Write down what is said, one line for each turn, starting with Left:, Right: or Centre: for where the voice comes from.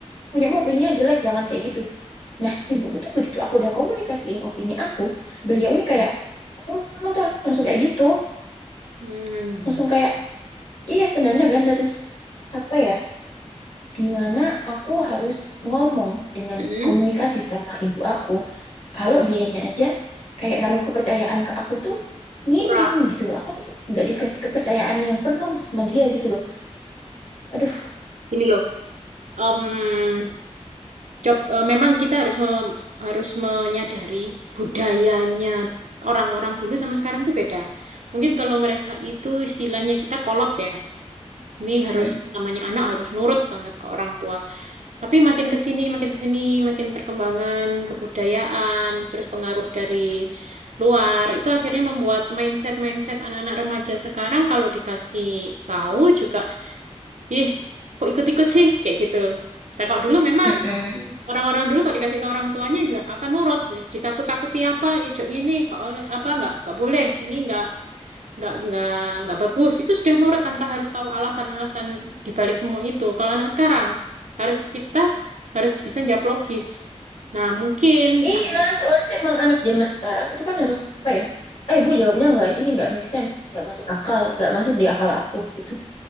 Left: Punya opininya jelek, jangan kayak gitu. Nah, ibuku tuh begitu aku udah komunikasiin opini aku, beliau ini kayak, kamu kamu tuh langsung kayak gitu,
Right: Hmm.
Left: langsung kayak, iya standarnya ganda, terus apa ya, gimana aku harus ngomong dengan
Right: Hmm.
Left: komunikasi sama ibu aku, kalau dianya aja kayak naruh kepercayaan ke aku tuh minim
Right: Kurang.
Left: gitu loh,
Right: Hmm.
Left: aku tuh nggak dikasih kepercayaan yang penuh sama dia gitu loh, aduh,
Right: Gini loh. Em, cob, eh, memang kita harus mem- harus menyadari budayanya orang-orang dulu sama sekarang tuh beda. Mungkin kalau mereka itu istilahnya kita kolot ya. Ini harus
Left: mm,
Right: namanya anak harus nurut banget ke orang tua. Tapi makin ke sini, makin ke sini, makin perkembangan kebudayaan, terus pengaruh dari luar, itu akhirnya membuat mindset-mindset anak-anak remaja sekarang kalau dikasih tahu juga, ih, kok ikut-ikut sih kayak gitu. Nah, kalau dulu memang
Left: mm, mm.
Right: orang-orang dulu kalau dikasih tahu orang tuanya juga akan nurut, Terus ditakut-takuti apa, ijuk ini, nggak oleh apa nggak, nggak boleh, ini nggak nggak nggak nggak bagus itu sudah nurut tanpa harus tahu alasan-alasan dibalik semua itu kalau anak sekarang harus kita harus bisa jawab logis nah mungkin
Left: Iya,
Right: har-
Left: soalnya emang anak zaman sekarang itu kan harus apa ya? Eh, Bu jawabnya nggak ini nggak make sense, nggak masuk akal, nggak masuk di akal aku gitu.